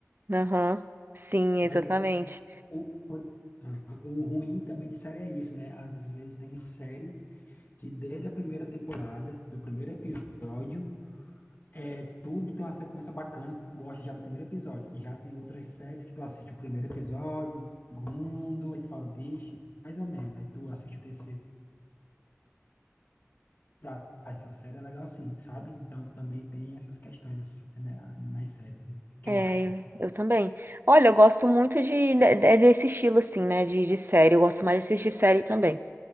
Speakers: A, on the right; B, on the left.
A: Aham. Sim, exatamente.
B: Mas o, o, ah, o ruim também de série é isso, né? Às vezes tem série que desde a primeira temporada, do primeiro episódio, É, tudo tem uma sequência bacana, tu gosta já do primeiro episódio. Já tem outras séries que tu assiste o primeiro episódio, o segundo, aí tu fala, vixe, mais ou menos. Aí tu assiste o terceiro, tá, essa série é legal assim, sabe? Então também tem essas questões assim, né, nas séries, que
A: É,
B: eu acho.
A: eu, eu também. Olha, eu gosto muito de, de- de- desse estilo, assim, né? De, de série. Eu gosto mais de assistir série também,